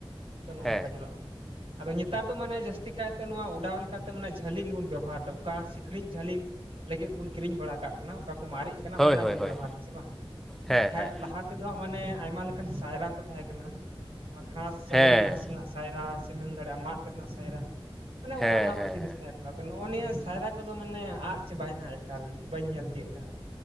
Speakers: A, on the right; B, in the centre.
A: ᱛᱚ ᱱᱚᱜᱚ
B: ᱦᱮᱸ
A: ᱱᱚᱝᱠᱟ ᱧᱮᱞᱚᱜ-ᱟ ᱟᱫᱚ ᱱᱮᱛᱟᱨ ᱫᱚ ᱢᱟᱱᱮ ᱡᱟᱹᱥᱛᱤ ᱠᱟᱭ ᱛᱮ ᱱᱚᱣᱟ ᱚᱰᱟᱣ ᱞᱮᱠᱟ ᱛᱮ ᱢᱟᱱᱮ ᱡᱷᱟᱹᱞᱤ ᱜᱮ ᱵᱚᱱ ᱵᱮᱵᱚᱦᱟᱨ ᱫᱟ ᱚᱠᱟ ᱥᱤᱠᱬᱤᱡ ᱡᱷᱟᱹᱞᱤ ᱞᱟᱹᱜᱤᱫ ᱵᱚᱱ ᱠᱤᱨᱤᱧ ᱵᱟᱲᱟ ᱠᱟᱜ ᱠᱟᱱᱟ ᱚᱠᱟ ᱠᱚ ᱢᱟᱨᱮᱜ ᱠᱟᱱᱟ
B: ᱦᱳᱭ
A: ᱚᱱᱮ ᱟᱱᱟ
B: ᱦᱳᱭ
A: ᱜᱮᱵᱚᱱ
B: ᱦᱳᱭ
A: ᱵᱮᱵᱚᱦᱟᱨᱫᱟ ᱥᱮ ᱵᱟᱝ
B: ᱦᱮᱸ
A: ᱠᱷᱟᱡ
B: ᱦᱮᱸ
A: ᱞᱟᱦᱟ ᱛᱮᱫᱚ ᱦᱟᱸᱜ ᱢᱟᱱᱮ ᱟᱭᱢᱟ ᱞᱮᱠᱟᱱ ᱥᱟᱭᱨᱟ ᱠᱚ ᱛᱟᱦᱮᱸ ᱠᱟᱱᱟ ᱱᱚᱣᱟ ᱜᱷᱟᱥ ᱥᱟᱹᱣᱲᱤ
B: ᱦᱮᱸ
A: ᱜᱷᱟᱸᱥ
B: ᱦᱮᱸ
A: ᱨᱮᱱᱟᱜ ᱥᱟᱭᱨᱟ ᱥᱮ ᱢᱮᱱ ᱫᱟᱲᱮᱭᱟᱜ-ᱟ ᱢᱟᱫ ᱨᱮᱱᱟᱜ ᱥᱟᱭᱨᱟ ᱟᱱᱮ
B: ᱦᱮᱸ
A: ᱚᱱᱮ ᱚᱱᱟ
B: ᱦᱮᱸ
A: ᱠᱚ ᱡᱤᱱᱤᱥ ᱛᱟᱦᱮᱸ ᱠᱟᱱᱟ ᱟᱫᱚ ᱱᱚᱜ-ᱚ ᱱᱤᱭᱟᱹ ᱥᱟᱭᱨᱟ ᱠᱚᱫᱚ ᱢᱟᱱᱮ ᱟᱫ ᱪᱟᱵᱟᱭ ᱱᱟᱦᱟᱜ ᱮᱠᱟᱞ ᱵᱟᱹᱧ ᱧᱮᱞ ᱛᱤᱭᱳᱜ ᱫᱟ ᱦᱟᱸᱜ